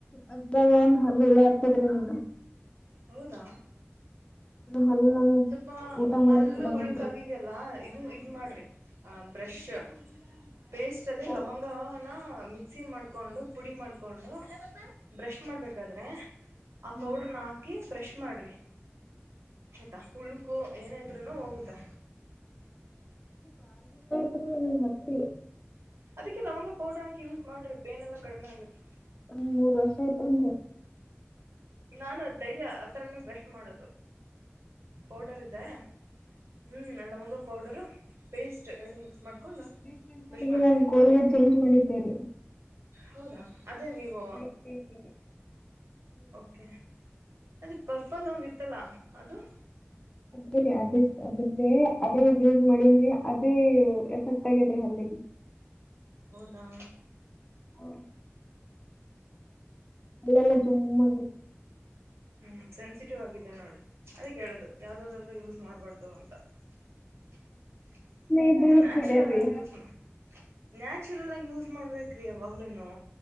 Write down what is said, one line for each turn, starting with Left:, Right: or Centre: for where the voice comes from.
Left: ಅಜಜಾಗ ಒನ್ ಹಲ್ಲಳ ಆತದ್ರೀ ಒಮ್ದ
Right: ಹೌದಾ
Left: ಹಲ್ಲು ನನ್
Right: ಸ್ವಲ್ಪ
Left: ಊಟ ಮಾಡಕ್
Right: ಹಲ್ಲು
Left: ಬಿಡವಲ್ದ್ರಿ
Right: ಉಳುಕ್ಗಿದೆಯಲ್ಲ ಇದು ಇದು ಮಾಡ್ರಿ ಆ ಬ್ರಷ್ ಪೇಸ್ಟ್ ಅಲ್ಲಿ
Left: ಯಾವ್ದ್ರಿ
Right: ಲವಂಗನ ಮಿಕ್ಸಿ ಮಾಡ್ಕೊಂಡು ಪುಡಿ ಮಾಡ್ಕೊಂಡು ಬ್ರಷ್ ಮಾಡ್ಬೇಕಾದ್ರೆ ಆ
Left: ಹಾ
Right: ಪೌಡ್ರನ
Left: ರೀ
Right: ಹಾಕಿ ಬ್ರಷ್ ಮಾಡ್ರಿ ಆಯ್ತಾ ಉಳ್ಕು ಏನಾದ್ರರು ಹೋಗುತ್ತೆ
Left: ಅ ಮತ್ತೆ
Right: ಅದಕ್ಕೆ ಲವಂಗ ಪೌಡ್ರ ಹಾಕಿ ಯೂಸ್ ಮಾಡ್ರಿ ಪೇನ್ಲ್ಲಾ ಕಡಿಮೆ ಆಗುತ್ತೆ
Left: ಹ್ ಮೂರು ವರ್ಷ ಆಯ್ತಂ
Right: ನಾನು ಡೈಲಿ ಆಥರನ ಬ್ರಷ್ ಮಾಡೋದು ಪೌಡರ್ ಇದೆ ಹ್ಮ್ ನ ಲವಂಗ ಪೌಡರು ಪೇಸ್ಟ್ ಎರಡು ಮಿಕ್ಸ್ ಮಾಡಿಕೊಂಡು
Left: ರೀಸೆಂಟಾಗಿ
Right: ಬ್ರಷ್ ಮಾಡ್ತೀನಿ
Left: ನನ್ ಕೋಲ್ಗೇಟ್ ಚೇಂಜ್ ಮಾಡಿದ್ದೇರಿ
Right: ಹೌದಾ ಅದೇ ನೀವು
Left: ವತತಿ
Right: ಓಕೆ ಅದ ಪರ್ಪಲ್ ಒಂದುತ್ತಲಾ ಅದು
Left: ಹರಿ ಅ ಅದ್ರ್ದೇ ಅದೇ ಯಸ್ ಮಾಡನ್ ಅದೇ ಎಫೆಕ್ಟ್ ಆಗೇದ್ರಿ ಅಲ್ಲಿಗೆ
Right: ದಾ
Left: ಹ ಎಲ್ಲಲ್ಲ ಜುಮ್ಮ
Right: ಹ್ಮ್ ಸೆನ್ಸಿಟಿವ್ ಆಗಿದೆ ನೋಡಿ ಅದ ಕೇಳುದು ಯಾವ್ದಾದಾದ್ರೂ ಯೂಸ್ ಮಾಡ್ಬಾರ್ದು ಅಂತ <unintelligible>
Left: ಇಬ್ರು ಯೂಸ್
Right: <unintelligible> ಆಗ್
Left: ಮಾಡ್ಯಾರ್ರಿ
Right: ಯೂಸ್ <unintelligible> ನ್ಯಚುರಲ್ ಆಗ ಯಸ್ ಮಾಡ್ಬೇಕ್ರಿ ಯವಾಗ್ಲೂನು.